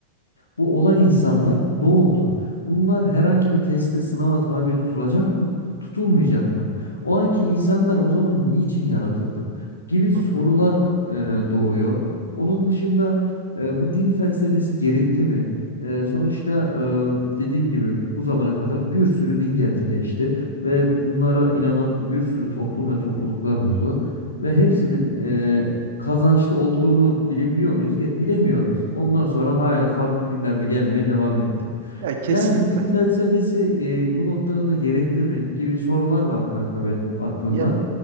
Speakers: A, on the left (about 75°); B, on the right (about 55°).
A: bu olan insanlar ne oldu? Bunlar herhangi bir teste, sınava tabi tutulacak mı? Tutulmayacak mı? O anki insanlar o zaman niçin yaratıldı? Gibi
B: Hı
A: sorular
B: hı.
A: e, doğuyor. Onun dışında e, bu din felsefesi gerekli mi? E, sonuçta e, dediğim gibi bu zamana kadar bir sürü din geldi geçti ve bunlara inanan bir sürü toplum ve topluluklar oldu. Ve hepsinin e, kazançlı olduğunu bilebiliyor muyuz? Ge- Bilemiyoruz. Ondan sonra hala farklı dinlerde gelmeye devam etti.
B: Ya kesinlikle.
A: Yani bu din felsefesi e, bu noktada da gerekli mi gibi sorular var kanka benim aklımda.
B: Ya